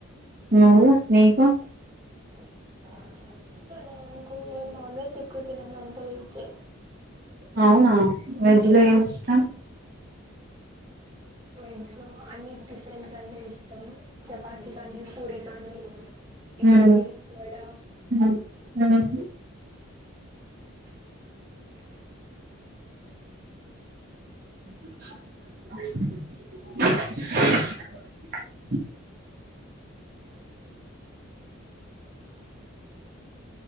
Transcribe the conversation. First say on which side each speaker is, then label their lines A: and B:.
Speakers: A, on the right; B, on the right.
A: నువ్వు నీకు
B: <inaudible> నాకు నేను నాన్ వెజ్ ఎక్కువ తినను అంత వెజ్జే
A: అవునా వెజ్ లో ఏమి టం
B: వెజ్ లో అన్ని టిఫిన్స్ న్నే ఇష్టం చపాతి కానీ ఫురి కానీ ఇడ్లీ
A: ఉమ్
B: వడ
A: <unintelligible> <unintelligible>